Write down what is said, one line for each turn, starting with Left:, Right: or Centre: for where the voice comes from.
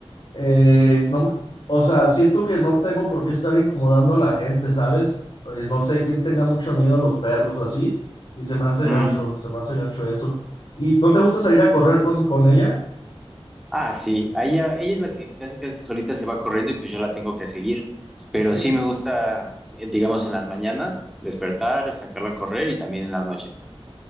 Left: Eh, no, me- o sea, siento que no tengo por qué estar incomodando a la gente, ¿sabes? Eh, no sé quién tenga mucho miedo a los perros o así, y se me hace
Centre: Mm.
Left: gacho, se me hace gacho eso. ¿Y no te gusta salir a correr con, con ella?
Centre: Ah, sí. a Ella, ella es la que casi casi solita se va corriendo y pues yo la tengo que seguir. Pero
Left: Sí,
Centre: sí
Left: pues.
Centre: me gusta, eh, digamos, en las mañanas, despertar, sacarla a correr y también en las noches.